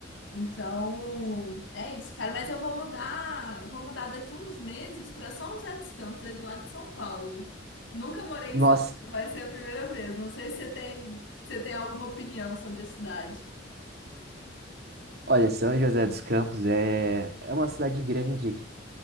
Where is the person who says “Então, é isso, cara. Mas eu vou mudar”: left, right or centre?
Left